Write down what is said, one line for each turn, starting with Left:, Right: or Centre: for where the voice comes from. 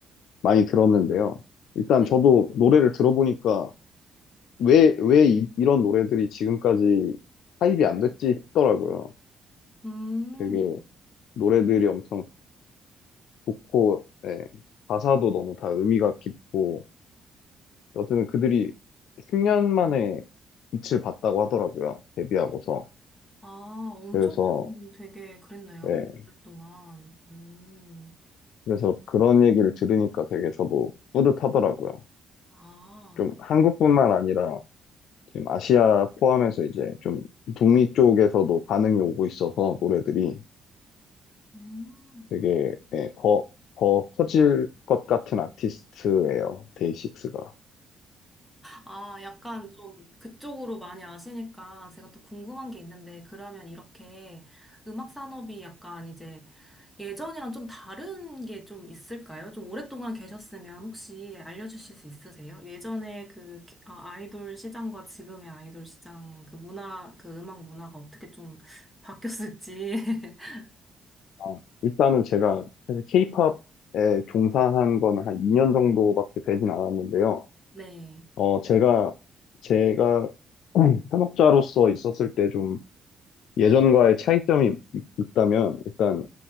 Left: 많이 들었는데요. 일단
Centre: 네.
Left: 저도 노래를 들어보니까 왜, 왜 이, 이런 노래들이 지금까지 타입이 안 됐지 싶더라고요.
Centre: 음,
Left: 되게 노래들이 엄청 좋고, 예. 가사도 너무 다 의미가 깊고, 어쨌든 그들이 10년 만에 빛을 봤다고 하더라고요. 데뷔하고서.
Centre: 아, 엄청
Left: 그래서,
Centre: 되게 그랬네요.
Left: 네.
Centre: 오랫동안. 음,
Left: 그래서 그런 얘기를 들으니까 되게 저도 뿌듯하더라고요.
Centre: 아,
Left: 좀 한국뿐만 아니라 지금 아시아 포함해서 이제 좀 북미 쪽에서도 반응이 오고 있어서 노래들이
Centre: 음.
Left: 되게, 네, 더, 더 커질 것 같은 아티스트예요. 데이식스가.
Centre: 아, 약간 좀 그쪽으로 많이 아시니까 제가 또 궁금한 게 있는데, 그러면 이렇게 음악 산업이 약간 이제 예전이랑 좀 다른 게 좀 있을까요? 좀 오랫동안 계셨으면 혹시 알려주실 수 있으세요? 예전에 그 키- 아, 아이돌 시장과 지금의 아이돌 시장 그 문화, 그 음악 문화가 어떻게 좀 <laughs> 바뀌었을지. <laughs>
Left: 아, 일단은 제가 사실 케이팝에 종사한 거는 한 2년 정도밖에 되진 않았는데요.
Centre: 네,
Left: 어, 제가, 제가 <clears throat> 현업자로서 있었을 때 좀 예전과의 차이점이 있- 있다면 일단